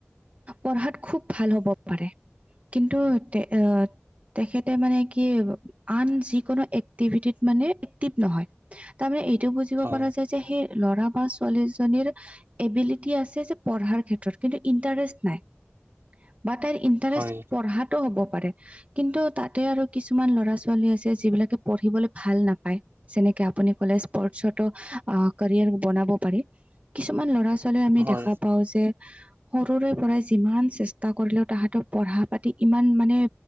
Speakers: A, on the right; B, on the right.
A: পঢ়াত খুব ভাল হ'ব পাৰে কিন্তু তে এ তেখেতে মানে কি আন যিকোনো এক্টিভিটিত মানে এক্টিভ নহয়। তাৰমানে এইটো বুজিব
B: হয়
A: পৰা যায় যে সেই ল'ৰা বা ছোৱালীজনীৰ এবিলিটি আছে যে পঢ়াৰ ক্ষেত্ৰত কিন্তু ইণ্টাৰেষ্ট নাই বা তাইৰ ইণ্টাৰেষ্ট
B: হয়
A: পঢ়াতো হ'ব পাৰে। কিন্তু তাতে আৰু কিছুমান ল'ৰা ছোৱালী আছে যিবিলাকে পঢ়িবলে ভাল নাপায় যেনেকে আপুনি কলে স্পৰ্টছটো কেৰিয়াৰ বনাব পাৰি। কিছুমান ল'ৰা ছোৱালীৰ আমি
B: হয়
A: দেখা পাও যে সৰুৰে পৰাই যিমান চেষ্টা কৰিলেও তাহাঁতক পঢ়া পাতি ইমান মানে